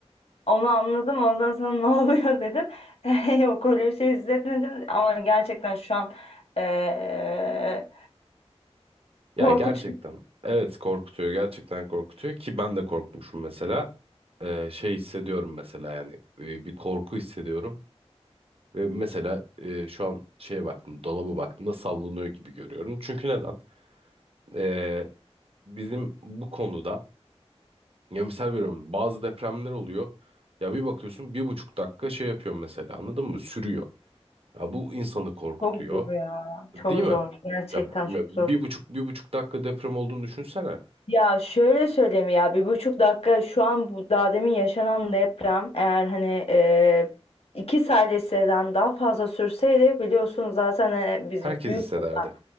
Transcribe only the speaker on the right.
Ya gerçekten evet korkutuyor gerçekten korkutuyor ki ben de korkmuşum mesela Ee, şey hissediyorum mesela yani e, bir korku hissediyorum ve mesela e, şu an şeye baktım dolaba baktığımda sallanıyor gibi görüyorum çünkü neden Ee, bizim bu konuda ya misal veriyorum bazı depremler oluyor ya bir bakıyorsun bir buçuk dakika şey yapıyor mesela anladın mı sürüyor ya bu insanı korkutuyor
değil mi?
Ya
bir
buçuk bir buçuk dakika deprem olduğunu düşünsene
herkes
hissederdi.